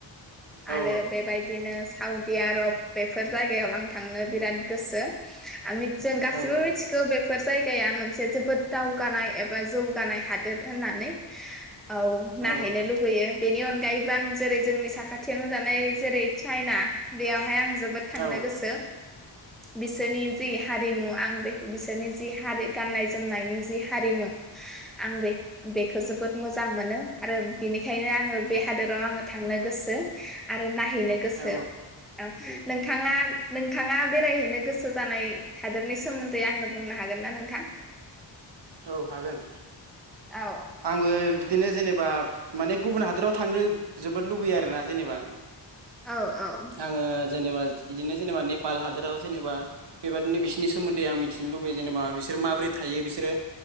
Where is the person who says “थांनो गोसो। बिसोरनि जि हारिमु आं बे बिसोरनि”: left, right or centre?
Centre